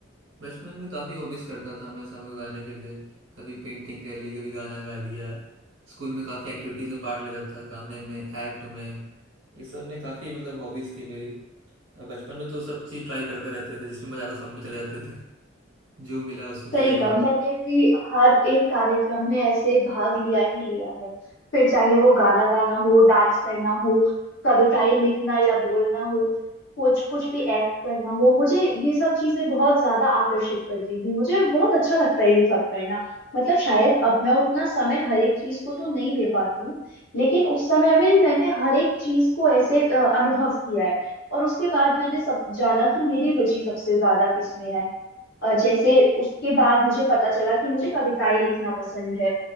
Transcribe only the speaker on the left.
सही कहा
मैंने भी हर एक कार्यक्रम में ऐसे भाग लिया ही लिया है फिर चाहे वो गाना गाना हो डांस करना हो कविताएं लिखना या बोलना हो कुछ कुछ भी एक्ट करना हो मुझे ये सब चीजें बहुत ज्यादा आकर्षित करती थी मुझे बहुत अच्छा लगता है ये सब करना मतलब शायद अब मैं उतना समय हर एक चीज को तो नहीं दे पाती हूँ लेकिन उस समय में मैंने हर एक चीज को ऐसे अ, अनुभव किया है और उसके बाद मैंने सब जाना कि मेरी रुचि सबसे ज्यादा किस में है अ, जैसे उसके बाद मुझे पता चला कि मुझे कविताएं लिखना पसंद है